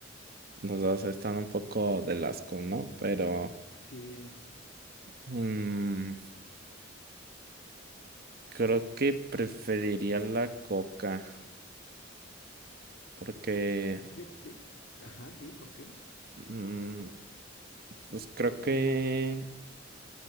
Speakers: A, on the right (about 50°); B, on the left (about 65°).
A: Nos vas a estar un poco del asco, ¿no? Pero
B: Sí,
A: mm, creo que preferiría la coca porque
B: fíjate, ajá, sí, ¿por qué?
A: mm, pues creo que